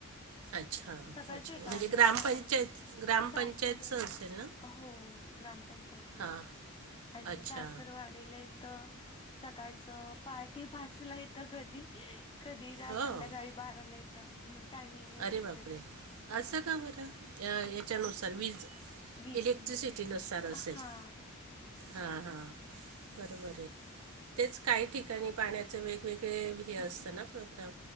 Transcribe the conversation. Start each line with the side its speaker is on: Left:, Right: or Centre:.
Right: अच्छा
Left: सकाळचं
Right: अच्छा
Left: येतं
Right: म्हणजे
Left: आठ वाजता
Right: ग्रामपंचायत
Left: आणि
Right: ग्रामपंचायतचं
Left: सासर
Right: असेल ना
Left: हो ग्रामपंचायतीचा
Right: हां
Left: आणि
Right: अच्छा
Left: सासरवाडी लेत सकाळच पाहाटे पाचला येत कधी कधी रा
Right: हो
Left: संध्याकाळी बाराला येतं मग टायमिंग नसतं
Right: अरे बापरे
Left: त्याच
Right: असं का मरा याच्यानुसार व्हीज
Left: वीज
Right: इलेक्ट्रिसिटी
Left: नस
Right: नुससार असेल
Left: हा
Right: हा हा बरोबर ऐ तेच काही ठिकाणी पाण्याच वेगवेगळे हे असतं ना प्रोग्राम